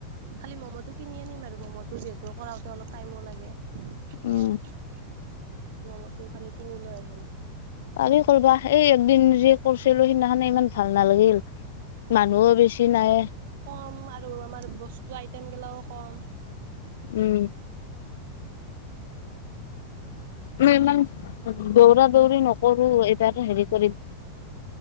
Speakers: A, on the right (about 50°); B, on the left (about 55°).
A: খালি ম'ম'টো কিনি আনিম আৰু। ম'ম'টো যিহেতু কৰাওঁতে অলপ টাইমো লাগে। <unintelligible>
B: উম
A: ম'ম'টো খালি কিনি লৈ আহিম।
B: পাৰি কৰিবা। এই একদিন যে কৰিছিলোঁ সেই দিনাখনে ইমান ভাল নালাগিল। মানুহো বেছি নাই।
A: কম আৰু আমাৰ বস্তু আইটেম গিলাও কম।
B: উম! মই ইমান দৌৰা, দৌৰি নকৰোঁ। এটা, এটা হেৰি কৰি।